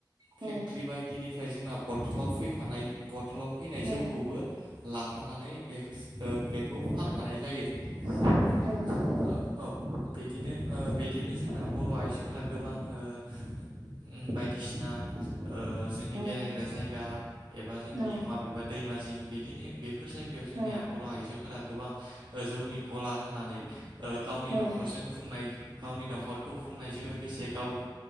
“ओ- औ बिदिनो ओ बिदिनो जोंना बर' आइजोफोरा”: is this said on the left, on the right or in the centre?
Right